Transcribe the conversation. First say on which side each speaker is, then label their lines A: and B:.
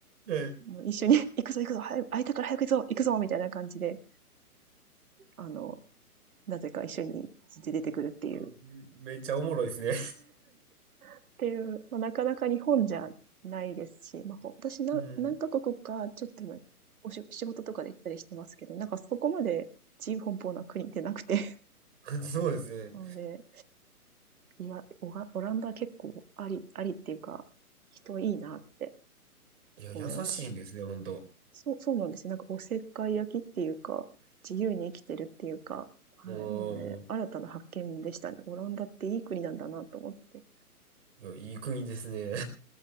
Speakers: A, on the right; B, on the right.
A: はい。
B: もう一緒に、行くぞ行くぞ、早く、開いたから早く行くぞ、行くぞみたいな感じで、あの、なぜか一緒に走って出てくるっていう
A: うんめっちゃおもろいですね。
B: っていう、まあ、なかなか日本じゃないですし、まあ、ほ私な何カ国かちょっとのおし仕事とかで行ったりしてますけど、
A: <laughs> うん。
B: なんかそこまで自由奔放な国ってなくて。
A: <laughs> そうですね。
B: <laughs> なので、いや、オラオランダは結構あり、ありっていうか、人いいなって
A: いや、
B: 思いました。
A: 優しいんですね、ほんと。
B: そう、そうなんですよ。なんかおせっかい焼きっていうか、自由に生きてるっていうか、はい。
A: お
B: なので、
A: ー。
B: 新たな発見でしたね。オランダっていい国なんだなと思って。
A: いや、いい国ですね。